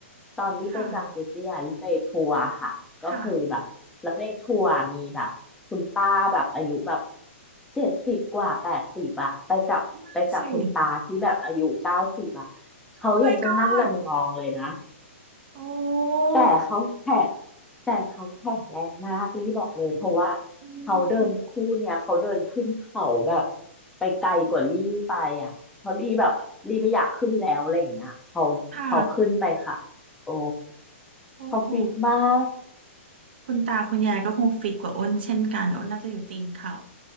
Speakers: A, in the centre; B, on the right.
A: ตอนรีไปจางเจเจียรีไปทัวร์ค่ะ
B: ค่ะ
A: ก็คือแบบแล้วในทัวร์มีแบบคุณป้าแบบอายุแบบ
B: ค่ะ
A: เจ็ดสิบกว่าแปดสิบอะไปกับไปกับคุณตาที่แบบอายุเก้าสิบอะเขายังต้องนั่งยองๆเลยนะ
B: ไม่สิโอ้ my god โอ้
A: แต่เขาแข็งแต่เขาแข็งแรงมากลี่บอกเลยเพราะว่า
B: อื
A: เขาเดินคู่เนี่ยเขาเดินขึ้นเขาแบบ
B: ม
A: ไปไกลกว่าลี่ไปอ่ะเพราะลี่แบบลี่ไม่อยากขึ้นแล้วอะไรอย่างเงี้ยเขาเขาขึ้นไปค่ะโอ้
B: ค่ะโอ้โห
A: เขาฟิตมาก
B: คุณตาคุณยายก็คงฟิตกว่าอ้นเช่นกันอ้นน่าจะอยู่ตีนเขา